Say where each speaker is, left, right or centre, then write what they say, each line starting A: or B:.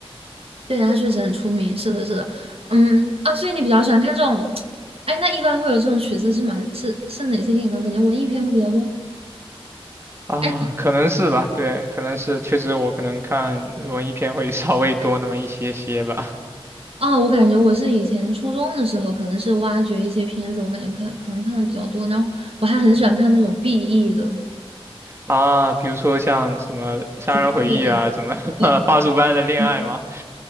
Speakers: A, on the right (about 75°); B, on the right (about 25°).
A: 对，它确实很出名，是的，是的，嗯啊，所以你比较喜欢看这种，哎，那一般会有这种曲子是吗？是是哪些电影呢？我感觉文艺片会比较多。
B: 啊，
A: 哎，
B: 可能是吧，对，可能是，确实我可能看文艺片会 <laughs> 稍微多那么一些些吧。
A: 啊，我感觉我是以前初中的时候，可能是挖掘一些片子，我感觉看可能看的比较多，然后我还很喜欢看那种 BE 的
B: 啊，比如说像什么《杀人回忆》啊，
A: 赎罪啊，
B: 什么 <laughs>《花束般的恋爱》嘛，
A: 对，嗯